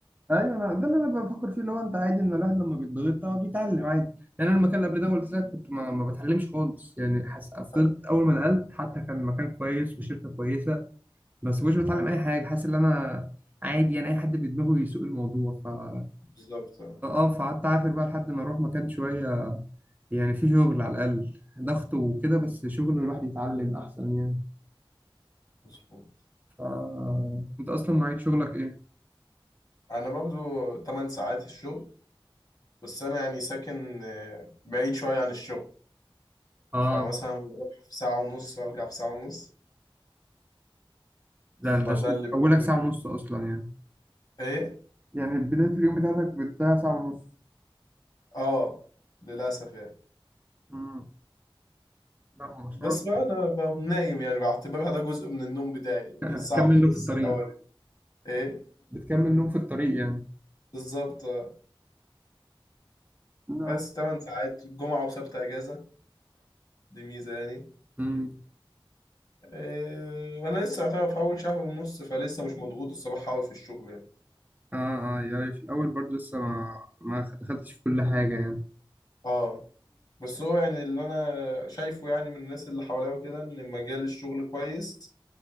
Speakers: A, on the right; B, on the left.
A: ايوه انا ده اللي انا بفكر فيه اللي هو انت عادي ان الواحد لما بيتضغط آه، بيتعلم عادي يعني انا المكان اللي قبل ده قلت لك كنت ما, ما بتعلمش خالص يعني حس... فضلت
B: أيوة،
A: اول ما نقلت حتى كان مكان كويس وشركه كويسه بس مش بتعلم اي حاجه حاسس ان انا عادي يعني اي حد بدماغه يسوق الموضوع ف اه
B: بالظبط آه،
A: آه، فقعدت اعافر بقى لحد ما اروح مكان شويه يعني في شغل على الاقل ضغط وكده بس شغل الواحد يتعلم احسن يعني
B: مظبوط
A: ف انت اصلا معيد شغلك ايه؟
B: انا برضو 8 ساعات الشغل بس انا يعني ساكن آه، بعيد شويه عن الشغل
A: اه
B: فمثلا بروح في ساعه ونص وارجع في ساعه ونص
A: ده
B: فده
A: ده شيء-
B: اللي بياكل
A: اولك ساعه
B: اليوم
A: ونص اصلا يعني
B: ايه
A: يعني بداية اليوم بتاعتك بتضيع ساعة ونص
B: اه للاسف يعني
A: امم لا مشوار
B: بس بقى انا بقوم نايم يعني بعتبرها ده جزء من النوم بتاعي
A: <laughs>
B: الساعه
A: بتكمل
B: ونص
A: نوم في الطريق
B: الاولانيه ايه
A: بتكمل نوم في الطريق يعني
B: بالظبط آه.
A: لا
B: بس 8 ساعات جمعه وسبت اجازه دي ميزه يعني
A: امم
B: إيه وانا لسه يعتبر في اول شهر ونص فلسه مش مضغوط الصراحه قوي في الشغل يعني
A: اه اه يعني في الأول برضه لسه ما ما دخلتش في كل حاجة يعني
B: اه بس هو يعني اللي انا شايفه يعني من الناس اللي حواليا وكده ان مجال الشغل كويس